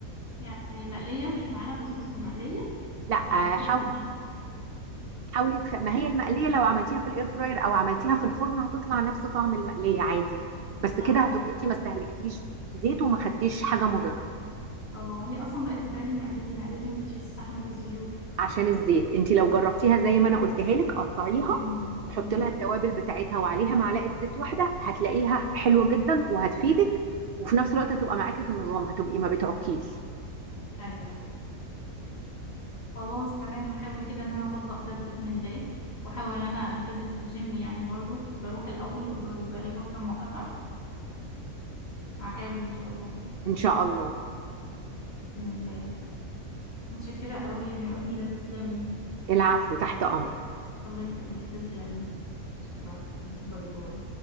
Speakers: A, on the left (about 60°); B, on the right (about 65°).
A: يعني المقلية مش معانا بصوص المقلية
B: لا
A: انا
B: آه،
A: بحبها
B: حاو-
A: جدا
B: حاولي تخ... ما هي المقليه لو عملتيها في الاير فراير او عملتيها في الفرن هتطلع نفس طعم المقليه عادي يعني بس
A: اه
B: كده هتبقي انت ما استهلكتيش زيت وما خدتيش حاجه مضره
A: اه هي اصلا بقت تتعب لي معدتي معدتي مبقتش تستحمل الزيوت
B: عشان الزيت انت لو جربتيها زي ما انا قلتها لك قطعيها
A: امم
B: وحطي
A: امم
B: لها التوابل بتاعتها وعليها معلقه زيت واحده هتلاقيها حلوه جدا وهتفيدك وفي نفس الوقت هتبقى معاكي في النظام هتبقي ما بتعكيش
A: ايوه خلاص تمام هحاول كده ان انا اطبق ده باذن الله واحاول ان انا التزم في الجيم يعني برضو كنت بروح الاول وب- وبقالي فتره موقفه هحاول ان شاء الله
B: ان شاء الله
A: باذن الله متشكره قوي يا اميره تسلمي
B: العفو تحت امرك
A: الله يخليكي تسلمي شكرا باي باي